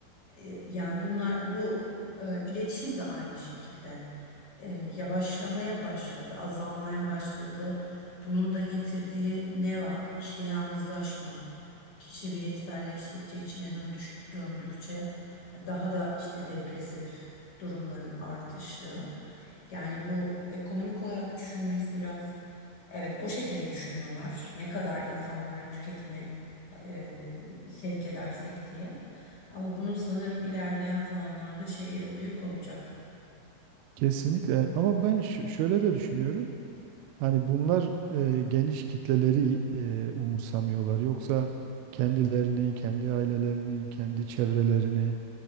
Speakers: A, on the left; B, on the right.
A: E, Yani bunlar bu e, iletişim de aynı şekilde e, yavaşlamaya başladı, azalmaya başladı. Bunun da getirdiği ne var? İşte yalnızlaşma. Kişi bireyselleştikçe, içine döndüş, döndükçe daha da işte depresif durumların artışı. Yani bu ekonomik olarak düşünmesi biraz evet o şekilde düşünüyorlar. Ne kadar insanları tüketime e, sevk edersek diye. Ama bunun sanırım ilerleyen zamanlarda şeyi büyük olacak.
B: Kesinlikle ama ben ş- şöyle de düşünüyorum. Hani bunlar e, geniş kitleleri e, umursamıyorlar. Yoksa kendilerini, kendi ailelerini, kendi çevrelerini